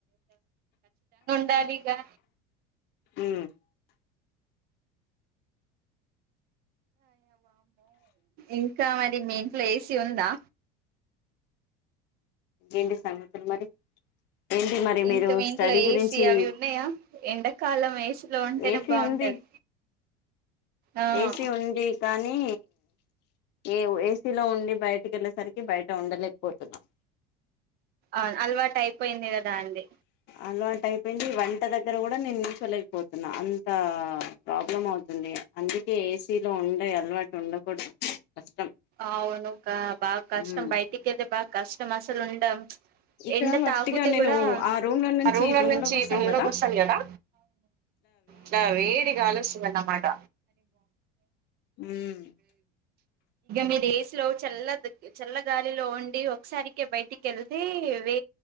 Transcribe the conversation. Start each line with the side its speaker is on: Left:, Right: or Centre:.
Right: జాలిగా
Left: హు
Right: ఇంకా మరి మెయిన్ ప్లేస్ ఉందా
Left: ఏంటి సంగతులు మరి ఏంటి మరి
Right: ఇంకా
Left: మీరు
Right: మీ
Left: స్టడీ
Right: ఇంట్లో
Left: గురించి
Right: ఏ సీ అవి ఉన్నాయా ఎండాకాలం ఏసీలో ఉంటేనే
Left: ఏసీ
Right: బాగుంటది.
Left: ఉంది
Right: ఆ
Left: ఏసీ ఉంది కానీ ఏ ఏసీలో ఉండి బయటికి వెళ్ళేసరికి బయట ఉండలేకపోతున్నాం
Right: అవు అల్వా టైపోయింది కదా అండి
Left: అలవాటు అయిపోయింది వంట దగ్గర కూడా నేను నిల్చోలేకపోతున్నా అంత ప్రాబ్లం అవుతుంది, అందుకే ఏసీలో ఉండే అలవాటు ఉండకూడదు. కష్టం
Right: అవునుకా బా కష్టం
Left: ఉమ్
Right: బయటికిద బా కష్టం మసలు ఉండ
Left: ఇక్కడ
Right: ఎండ
Left: వట్టిగా
Right: తాకతే
Left: నేను
Right: కూడా
Left: ఆ రూమ్ లో నుంచి
Right: ఆ రూమ్ల
Left: ఈ
Right: నుంచి
Left: లోకి
Right: రూమ్
Left: కదా
Right: లోకి వస్తాను కదా ఇలా వేడి గాలి వస్తుంద అన్నమాట
Left: ఉమ్
Right: మీ డేసులో చల్ల చల్ల గాలిలో ఉండి ఒకసారికి బయటికి వెళ్తే వే